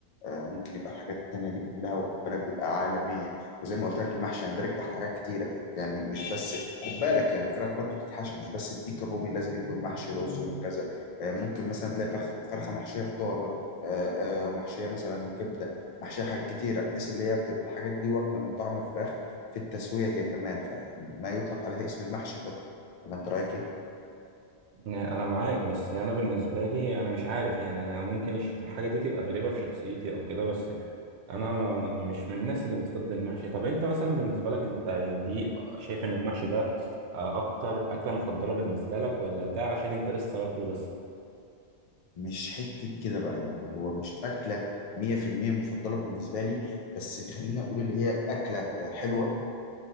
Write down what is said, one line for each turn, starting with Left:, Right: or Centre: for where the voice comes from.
Left: آه، ممكن يبقى الحاجات التانية دي كلها وخد بالك بيبقى عالمية وزي ما قلت لك المحشي يندرج تحت حاجات كتيرة يعني مش بس خد بالك يعني الفراخ برضو بتتحشى مش بس الديك الرومي لازم يكون محشي رز وهكذا آه، ممكن مثلا تلاقي فرخ فرخة محشية خضار آه، آه، ومحشية مثلا كبدة محشية حاجات كتيرة بحيث اللي هي بتبقى الحاجات دي واخدة من طعم الفراخ في التسوية هي كمان فما يطلق عليها اسم المحشي برضو ولا انت رأيك ايه؟
Right: أنا معاك بس أنا بالنسبة لي أنا مش عارف يعني أنا ممكن الش- الحاجة دي تبقى غريبة في شخصيتي أو كده بس أنا ما مش من الناس اللي بتفضل المحشي طب أنت مثلا بالنسبة لك أنت يعني دي آه، شايف إن المحشي ده آه، أكتر أكلة مفضلة بالنسبة لك ولا ده عشان أنت لسه واكله بس
Left: مش حتة كده بقى يعني هو مش أكلة 100% مفضلة بالنسبة لي بس خليني أقول اللي هي أكلة آه، حلوة